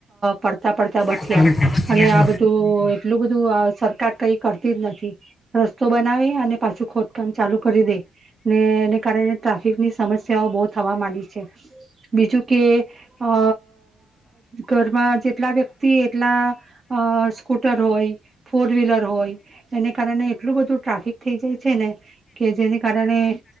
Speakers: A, on the right (about 30°); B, on the left (about 30°).
A: પડ તા પડતા બચ્યા
B: પોતાની પાસે
A: અને આ
B: જ.
A: બધા એટલું બધું સરકાર કઈ કરતી જ નથી રસ્તો બનાવે અને પાછું ખોદકામ ચાલુ કરી દે ને એને કારણે ટ્રાફિક ની સમસ્યાઓ બહુ થવા માંડી છે બીજું કે અ ઘરમાં જેટલા વ્યક્તિ એટલા સ્કૂટર હોય ફોર વ્હીલર હોય એને કારણે એટલું બધું ટ્રાફિક થઈ જાય છે ને કે જેને કારણે